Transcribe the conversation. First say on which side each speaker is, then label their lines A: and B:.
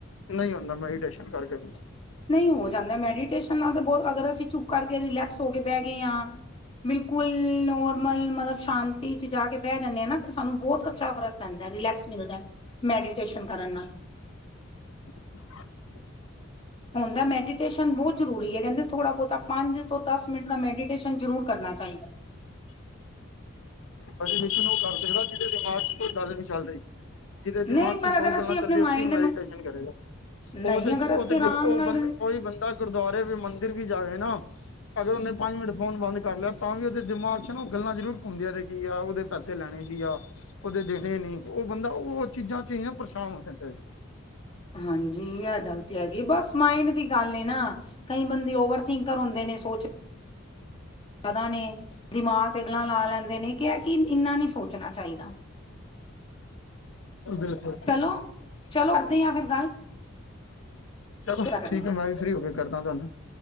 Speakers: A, on the left; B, on the left.
A: ਨਹੀਂ ਹੁੰਦਾ ਮੈਡੀਟੇਸ਼ਨ ਕਰਕੇ
B: ਨਹੀਂ ਹੋ ਜਾਂਦਾ ਮੈਡੀਟੇਸ਼ਨ ਨਾਲ ਤਾਂ ਬਹੁਤ ਅਗਰ ਅਸੀਂ ਚੁੱਪ ਕਰਕੇ ਰਿਲੈਕਸ ਹੋ ਕੇ ਬਹਿ ਗਏ ਹਾਂ। ਬਿਲਕੁਲ ਨੋਰਮਲ ਮਤਲਬ ਸ਼ਾਂਤੀ ਚ, ਜਾ ਕੇ ਬੈਠ ਜਾਂਦੇ ਹ ਨਾ ਤੇ ਸਾਨੂੰ ਬਹੁਤ ਅੱਛਾ ਫ਼ਰਕ ਪੈਂਦਾ ਹੈ। ਰਿਲੈਕਸ ਮਿਲਦਾ, ਮੈਡੀਟੇਸ਼ਨ ਕਰਨ ਨਾਲ
A: <inaudible>
B: ਹੁੰਦਾ ਮੈਡੀਟੇਸ਼ਨ ਬਹੁਤ ਜ਼ਰੂਰੀ ਹੈ ਕਹਿੰਦੇ ਥੋੜ੍ਹਾ ਬਹੁਤਾ ਪੰਜ ਤੋਂ ਦੱਸ ਮਿੰਟ ਦਾ ਮੈਡੀਟੇਸ਼ਨ ਜ਼ਰੂਰ ਕਰਨਾ ਚਾਹੀਦਾ।
A: ਮੈਡਿਟੇਸ਼ਨ ਉਹ ਕਰ ਸਕਦਾ ਜਿਹਦੇ ਦਿਮਾਗ ਚ ਕੋਈ ਗੱਲ ਨਹੀਂ ਚੱਲ ਰਹੀ। ਜਿਹਦੇ ਦਿਮਾਗ
B: ਨਹੀਂ
A: ਚ
B: ਪਰ ਅਗਰ
A: ਸੋ
B: ਅਸੀਂ
A: ਗੱਲਾਂ
B: ਆਪਣੇ
A: ਚੱਲੀਓ
B: ਮਾਇੰਡ
A: ਕਿ
B: ਨੂੰ
A: ਮੈਡੀਟੇਸ਼ਨ ਕਰੇਗਾ
B: ਨਹੀਂ
A: ਉਹ ਤੇ
B: ਅਗਰ
A: ਉਹ
B: ਅਸੀਂ
A: ਤੇ
B: ਆਰਾਮ
A: ਉਹ
B: ਨਾਲ
A: ਬੰ ਕੋਈ ਬੰਦਾ ਗੁਰਦੁਆਰੇ ਵੀ ਮੰਦਿਰ ਵੀ ਜਾਵੇ ਨਾ ਅਗਰ ਉਹਨੇ ਪੰਜ ਮਿੰਟ ਫੋਨ ਬੰਦ ਕਰ ਲਿਆ ਤਾਂ ਵੀ ਉਹਦੇ ਦਿਮਾਗ 'ਚ ਨਾ ਉਹ ਗੱਲਾਂ ਜ਼ਰੂਰ ਹੁੰਦਿਆਂ ਨੇ ਕੀ ਆ ਉਹਦੇ ਪੈਸੇ ਲੈਣੇ ਸੀ ਆ ਉਹਦੇ ਦੇਣੇ ਨੀ ਉਹ ਬੰਦਾ ਉਹ ਚੀਜ਼ਾਂ 'ਚ ਈ ਨਾ ਪਰੇਸ਼ਾਨ ਹੋ ਜਾਂਦਾ ਏ।
B: ਹਾਂਜੀ ਐ ਗੱਲ ਤੇ ਹੈਗੀ ਬਸ ਮਾਇੰਡ ਦੀ ਗੱਲ ਏ ਨਾ ਕਈ ਬੰਦੇ ਓਵਰ ਥਿੰਕਰ ਹੁੰਦੇ ਨੇ ਸੋਚ ਪਤਾ ਨਹੀ ਨੇ ਦਿਮਾਗ ਤੇ ਇਨ੍ਹਾਂ ਲਾ ਲੈਂਦੇ ਨੇ ਕਿਹਾ ਕਿ ਇਨਾ ਨਹੀਂ ਸੋਚਣਾ ਚਾਹੀਦਾ।
A: ਬਿਲਕੁਲ।
B: ਚਲੋ ਚਲੋ ਕਰਦੇ ਆ ਫਿਰ ਗੱਲ।
A: ਚਲੋ
B: ਕਰਨੇ
A: ਠੀਕ ਹੈ। ਮੈਂ
B: ਆ
A: ਵੀ ਫਰੀ ਹੋ ਕੇ ਕਰਦਾ ਤੁਹਾਨੂੰ।